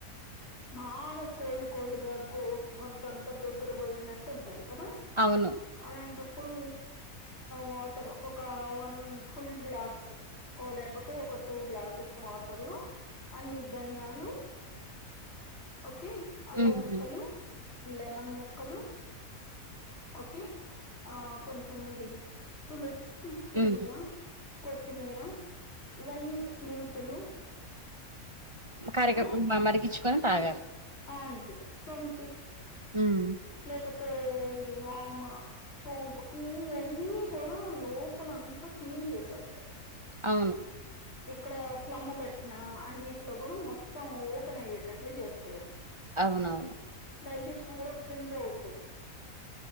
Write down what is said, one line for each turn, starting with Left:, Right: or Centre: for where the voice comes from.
Left: బాగా కోల్డ్ కోల్డ్గా గొంతంత గొగ్గుర పోయినట్టు ఉంటది కదా
Right: అవును
Left: అలాంటప్పుడు వాటర్ ఒక వన్ ఫుల్ గ్లాస్ లేకపోతే ఒక టూ గ్లాసెస్ వాటర్ లో అన్ని ధన్యాలు ఓకే అల్లం
Right: ఉమ్
Left: ముక్కలు లెమన్ ముక్కలు ఓకే ఆ కొంచం ఇది తులసి పుదీనా
Right: ఉమ్
Left: కొత్తిమీర ఇవన్నీ మెంతులు
Right: కరగవు
Left: ఆ
Right: మరిగిచ్చుకొని తాగాలి
Left: అంతే సొంటి
Right: ఉమ్
Left: లేపోతే ఇది వామ సోంపు ఇయన్నీ కూడా లోపలంతా క్లీన్ చేసేస్తాయి
Right: అవును
Left: ఇక్కడ ఫ్లమ్ము పెట్టిన అన్నిట్లో కూడా మొత్తం ఓపెన్ అయ్యేటట్లు చేస్తాయి
Right: అవునవును
Left: డైజెషన్ కూడా ఫ్రీగా అవుతది